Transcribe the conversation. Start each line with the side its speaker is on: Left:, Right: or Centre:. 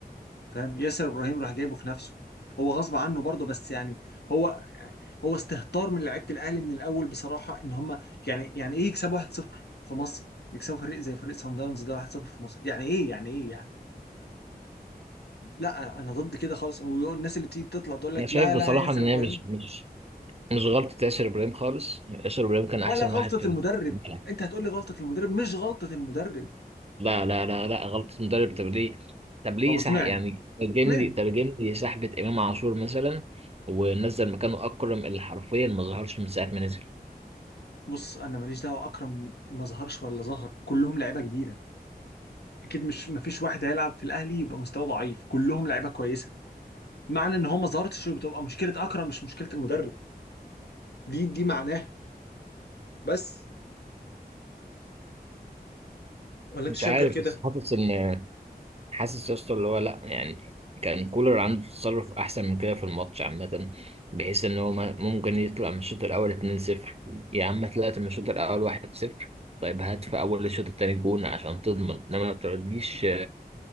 Left: فاهم ياسر ابراهيم راح جايبه في نفسه هو غصب عنه برضه بس يعني هو هو استهتار من لعيبه الاهلي من الاول بصراحه ان هم يعني يعني ايه يكسبوا 1-0 في مصر يكسبوا فريق زي فريق سان داونز ده 1-0 في مصر يعني ايه يعني ايه يعني لا انا ضد كده خالص والناس اللي تيجي تطلع تقول لك
Right: انا شايف
Left: لا
Right: بصراحه
Left: لا ياسر
Right: ان
Left: ابراهيم
Right: هي مش مش مش غلطه ياسر ابراهيم خالص ياسر ابراهيم كان احسن
Left: ولا غلطة
Right: واحد في
Left: المدرب
Right: الملعب
Left: انت هتقول لي غلطة المدرب مش غلطة المدرب
Right: لا لا لا لا غلطة مدرب طب ليه طب ليه
Left: طب اقنعني
Right: سح يعني ترجم
Left: اقنعني
Right: لي ترجم لي سحبة إمام عاشور مثلا ونزل مكانه أكرم اللي حرفيا ما ظهرش من ساعة ما نزل
Left: بص انا ماليش دعوة اكرم ما ظهرش ولا ظهر كلهم لعيبة كبيرة اكيد مش مفيش واحد هيلعب في الاهلي يبقى مستواه ضعيف كلهم لعيبة كويسة معنى ان هو ما ظهرتش بتبقى مشكلة اكرم مش مشكلة المدرب دي دي معناها بس ولا انت
Right: مش
Left: شايف
Right: عارف
Left: غير كده
Right: بس حاسس إن حاسس يا اسطى اللي هو لا يعني كان كولر عنده تصرف أحسن من كده في الماتش عامة بحيث إن هو ما- ممكن يطلع من الشوط الأول 2-0 يا عم طلعت من الشوط الأول 1-0 طيب هات في أول الشوط التاني جون عشان تضمن إنما ما تقعدليش